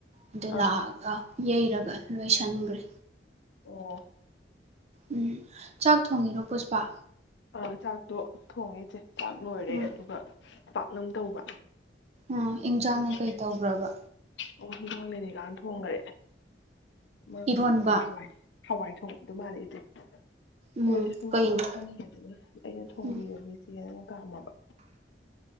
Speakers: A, on the right; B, on the left.
A: ꯑꯗꯨ
B: ꯑꯥ
A: ꯂꯥꯛꯑꯒ ꯌꯩꯔꯒ ꯂꯣꯏꯁꯟꯈꯒ꯭ꯔꯦ
B: ꯑꯣ
A: ꯎꯝ ꯆꯥꯛ ꯊꯣꯡꯉꯤꯔꯣ ꯄꯨꯁꯄꯥ
B: ꯑ ꯆꯥꯛꯇꯣ ꯊꯣꯡꯉꯦ ꯏꯆꯦ ꯆꯥꯛ ꯂꯣꯏꯔꯦ
A: ꯎꯝ
B: ꯑꯗꯨꯒ ꯄꯥꯛꯅꯝ ꯇꯧꯕ
A: ꯎꯝ ꯏꯟꯖꯥꯡꯅ
B: ꯂꯣꯏꯔꯦ
A: ꯀꯩ ꯇꯧꯒ꯭ꯔꯕ
B: ꯑꯣ ꯍꯦꯟꯖꯥꯡꯡ ꯂꯤꯅꯤꯀꯥꯅ ꯊꯣꯡꯒ꯭ꯔꯦ ꯃꯥ ꯀꯩꯅꯣꯗ
A: ꯏꯔꯣꯟꯕ
B: ꯑ ꯍꯋꯥꯏ ꯍꯋꯥꯏ ꯊꯣꯡꯗꯨ ꯃꯥꯜꯂꯦ ꯏꯆꯦ
A: ꯎꯝ
B: ꯑꯩꯅꯁꯨ ꯁꯨꯝ
A: ꯀꯩꯅꯣ
B: ꯅꯍꯥꯟ ꯋꯥꯢ ꯈꯪꯗꯤꯉꯩꯗꯅꯦ ꯑ ꯩꯅ ꯊꯣꯡꯕꯤꯔꯒꯦ
A: ꯎꯝ
B: ꯏꯆꯦ ꯅꯥ ꯀꯥꯝꯃꯣꯕ